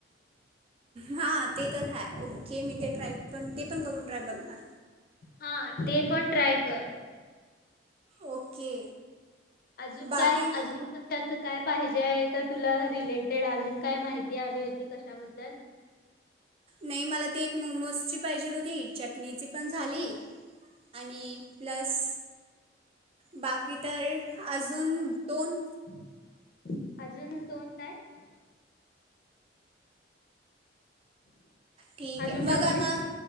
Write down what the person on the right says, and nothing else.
हा ते तर हाय ओ! के मी ते ट्राय पण, ते पण करून ट्राय बघणा.
ओके!
बाकी
नाही मला ते एक मोमोजची पाहिजेल होती चटणीची पण झाली आणि प्लस बाकी तर अजून दोन
ठीक
हे
बघ
आता